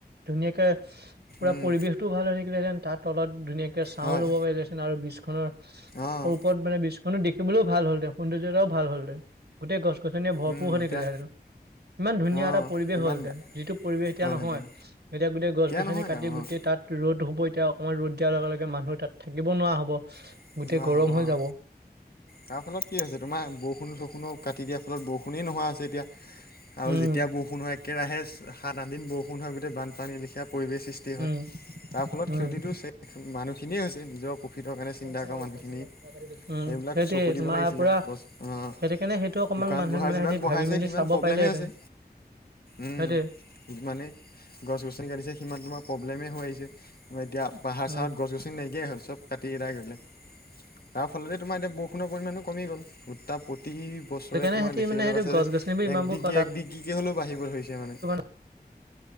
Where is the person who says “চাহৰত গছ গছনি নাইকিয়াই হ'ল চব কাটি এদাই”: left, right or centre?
Left